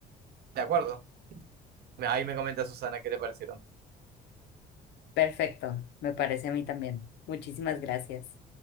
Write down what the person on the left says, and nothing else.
Perfecto, me parece a mí también. Muchísimas gracias.